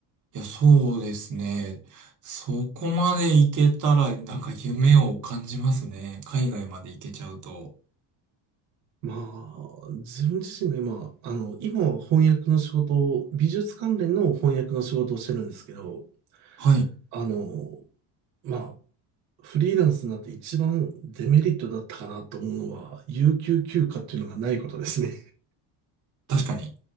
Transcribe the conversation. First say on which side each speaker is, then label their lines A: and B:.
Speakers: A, on the right (about 40°); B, on the right (about 75°).
A: いや、そうですね。そこまで行けたら、なんか夢を感じますね。海外まで行けちゃうと。
B: まあ、自分自身が今、あの、今は翻訳の仕事を、美術関連の翻訳の仕事をしてるんですけど、
A: はい。
B: あの、まあ、フリーランスになって一番デメリットだったかなと思うのは、有給休暇っていうのがないことですね。
A: 確かに。